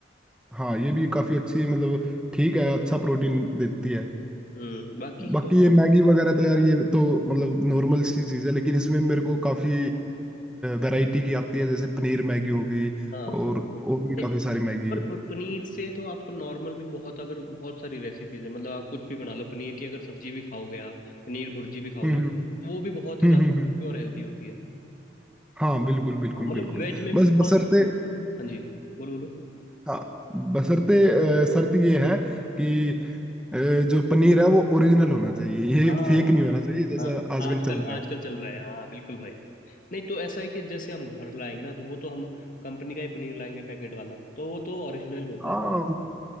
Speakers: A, in the centre; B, on the left.
A: हाँ ये भी काफी अच्छी मतलब ठीक है अच्छा प्रोटीन देती है
B: हम्म बाकी
A: बाकी
B: अ,
A: ये मैगी वगैरह तो यार ये तो मतलब नॉर्मल सी चीज़ है लेकिन इसमें मेरे को काफ़ी वैरायटी की आती है जैसे पनीर मैगी हो गई
B: हाँ
A: और और भी
B: नहीं,
A: काफ़ी सारी मैगी
B: पर प- पनीर से तो आपको नॉर्मल भी बहुत अगर बहुत सारी रेसिपीज है मतलब आप कुछ भी बना लो पनीर की अगर सब्जी भी खाओगे आप पनीर भुर्जी भी खाओगे
A: हम्म हम्म
B: तो
A: हम्म
B: वो भी बहुत ही ज्यादा
A: हम्म हम्म,
B: टेस्टी
A: हम्म।
B: और हेल्दी होती है
A: हाँ बिल्कुल बिल्कुल
B: हाँ, मतलब
A: बिल्कुल
B: वेज में भी
A: बस
B: बहुत
A: बसरते
B: हाँ जी बोलो बोलो
A: हाँ बशर्ते अ, शर्त ये है
B: हम्म।
A: कि अ, जो पनीर है वो ओरिजिनल होना चाहिए ये
B: हाँ
A: फेक नहीं होना चाहिए जैसा
B: हाँ
A: आजकल
B: आजकल
A: चल रहा
B: आजकल
A: है
B: चल रहा है हाँ बिल्कुल भाई नहीं तो ऐसा है कि जैसे हम घर लाएंगे ना तो वो तो हम कंपनी का ही पनीर लाएंगे पैकेट वाला तो वो तो ओरिजिनल ही होता
A: हाँ
B: है